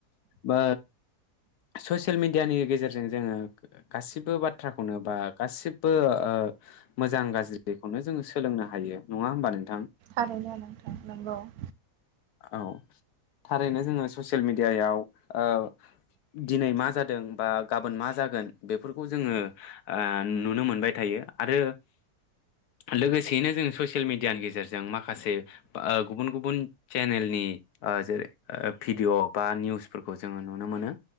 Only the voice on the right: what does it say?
आर'नायालाय? नांगौ <inaudible>